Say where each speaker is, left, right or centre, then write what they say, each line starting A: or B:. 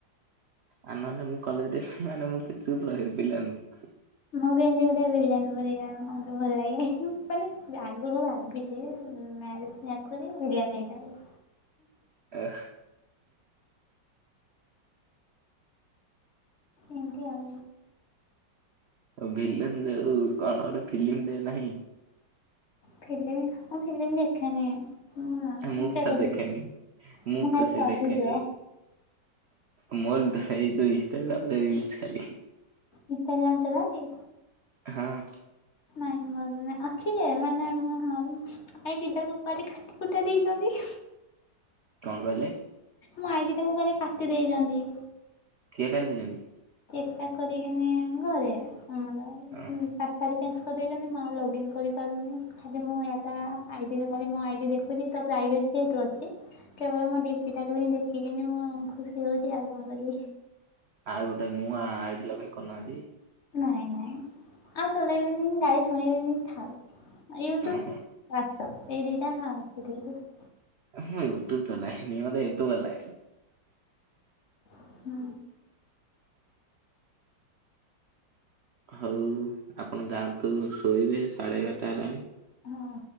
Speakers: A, on the right; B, on the left.
A: ଆ ନହେଲେ ମୁଁ କଲେଜ ମାନେ ମୁଁ କି ଚୁପ ରହିବି ପିଲାଙ୍କୁ।
B: ମୁଁ ବି ଏମତି ଗୋଟେ ଭିଲେନ୍ ପରିକା ମତେ ଭଲ ଲାଗେ ମାନେ ଆଗକୁ ଭାବିଛି। ମ୍ୟାରେଜ୍ ଆଗରୁ ଭିଳିଆନ୍ ହେଇଥାଉ।
A: ଆ
B: ଏମତି ଆଉ
A: ଆଉ ଭିଲାଇନ୍ ଯୋଉ କଣ ଗୋଟେ ଫିଲ୍ମଟେ ନାହିଁ।
B: ଫିଲ୍ମ ମୁଁ ଫିଲ୍ମ ଦେଖେନି। ନା
A: ମୁଁ
B: କେବେ
A: ବି ତ ଦେଖେନି
B: ଦେଖିନି
A: ମୁଁ
B: ଖାଲି
A: ତ ସେ
B: ସର୍ଟ
A: ଦେଖେନି।
B: ଭିଡିଓ
A: ମୋ ତ ସେଇ ଇନଷ୍ଟାଗ୍ରାମ ରିଲସ ଖାଲି।
B: ଇନଷ୍ଟାଗ୍ରାମ ଚଲାନ୍ତି।
A: ହଁ।
B: ନାଇଁ ମ ଅଛି ଯେ ମାନେ ମୁଁ ଆାଇ ଗଟାକୁ ଉପରେ କାଠୀ ପୁଟା ଦେଇଛନ୍ତି।
A: କଣ କହିଲେ?
B: ମୋ ଆଇ ଡି ଟାକୁ କୁଆଡେ କାଟି ଦେଇଚନ୍ତି।
A: କିଏ କାଟି ଦେଇଚନ୍ତି?
B: ଚେକ୍ ଚାକ୍ କରିବେନ ଘରେ ଆମର ଉଁ
A: ହଁ
B: ପାଞ୍ଚ୍ ଆଇ ଡି ଚେଞ୍ଜ କରିଦେଇଚନ୍ତି ମୁଁ ଆଉ ଲଗଇନ୍ କରିପାରୁନେଇ ଖାଲି ମୁଁ ୟା ତା ଆଇ ଡିରେ ଖାଲି ମୋ ଆଇ ଡ଼ି ଦେଖ୍ ଖୁଚି ତା ପ୍ରାଇଭେଟ ଯେହେତୁ ଅଛି। କେବଳ ମୋ ଡିପିଟାକୁ ହିଁ ଦେଖିକିନି ମୁଁ ଖୁସି ହୋଉଚି ଆଉ କଣ କରିବି।
A: ଆଉ ଗୋଟେ ନୂଆ ଆଇ ଡି ଲଗିନ୍ କରୁନାହାନ୍ତି।
B: ନାଇଁ ନାଇଁ ଆଉ ଚଲେଇବିନି କି ଗାଳି ଶୁଣିବିନି ଥାଉ। ୟୁଟ୍ୟୁବ୍
A: ଓହୋ
B: ହ୍ୱାଟସପ୍ ଏଇ ଦିଇଟା <unintelligible>
A: ମୁଁ ୟୁଟ୍ୟୁବ ଚଲାଏନି ମତେ ୟୁଟ୍ୟୁବ ଭଲ ଲାଗେନି।
B: ହୁଁ।
A: ହୋଉ ଆପଣ ଯାଆନ୍ତୁ ଶୋଇବେ ସାଢ଼େ ଏଗାରଟା ହେଲାଣି।
B: ହଁ